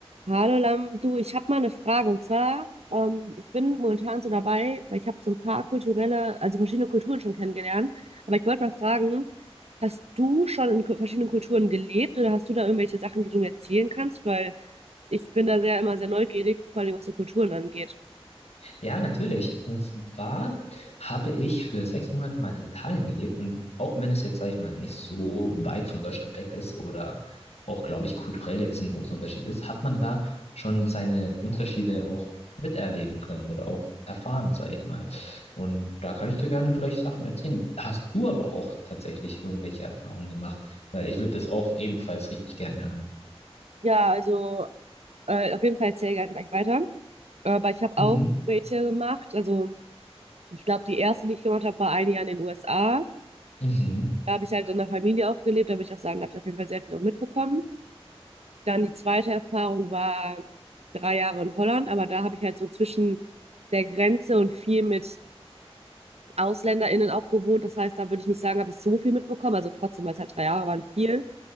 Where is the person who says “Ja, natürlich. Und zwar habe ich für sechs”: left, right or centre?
Left